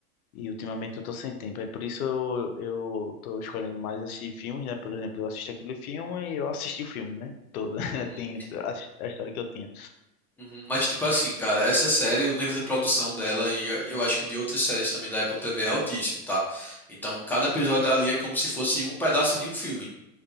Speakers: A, on the left; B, in the centre.
A: E ultimamente eu tô sem tempo, é por isso eu, eu tô escolhendo mais assistir filmes, né? Por exemplo, eu assisti aquele filme e eu assisti o filme, né? Todo. <laughs>
B: Uhum,
A: Tem a, a história que eu tinha.
B: uhum. Mas tipo assim, cara, essa série, o nível de produção dela e eh, eu acho que de outras séries também da Apple TV é altíssimo, tá? Então cada episódio ali é como se fosse um pedaço de um filme.